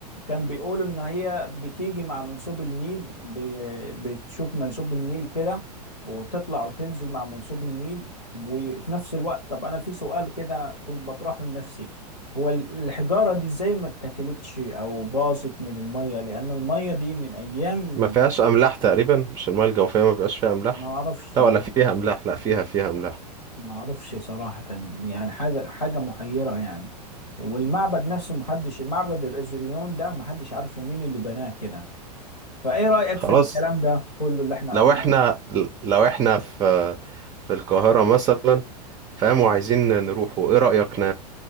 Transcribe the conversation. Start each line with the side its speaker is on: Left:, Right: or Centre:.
Left: كان بيقولوا إن هي بتيجي مع منسوب النيل ب- بتشوف منسوب النيل كده وتطلع وتنزل مع منسوب النيل وفي نفس الوقت طب أنا في سؤال كده كنت بطرحه لنفسي هو الحجارة دي ازاي ما اتاكلتش أو باظت من المية لأن المية دي من أيام
Right: ما فيهاش املاح تقريبا مش المايه الجوفيه ما بيبقاش فيها املاح
Left: ما أعرفش
Right: لا
Left: ما
Right: ولا فيها املاح لا فيها فيها املاح
Left: ما اعرفش صراحة يعني حاجة حاجة محيرة يعني والمعبد نفسه محدش المعبد الازريون ده محدش عارفه مين اللي بناه كده فايه رأيك
Right: خلاص
Left: في الكلام ده كله اللي احنا
Right: لو
Left: قلناه
Right: احنا لو احنا في في القاهره مثلا فاهم وعايزين نروحوا ايه رأيك ن...